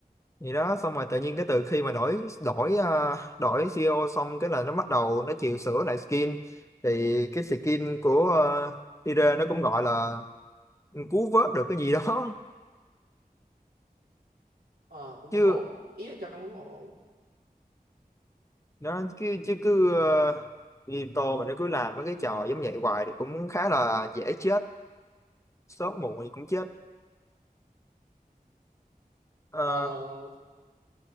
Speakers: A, on the left (about 20°); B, on the right (about 75°).
A: gì đó xong rồi tự nhiên cái từ khi mà đổi đổi ờ, đổi CEO xong cái là nó bắt đầu nó chịu sửa lại skin thì cái skin của ờ, area nó cũng gọi là cứu vớt được cái gì đó <laughs>
B: Ờ, cũng
A: chứ
B: không ổn ý là trong cũng ổn
A: nó chứ, chứ cứ ờ, như mà nó cứ làm mấy cái trò giống vậy hoài thì cũng khá là dễ chết sớm muộn thì cũng chết Ờ,
B: Ờ,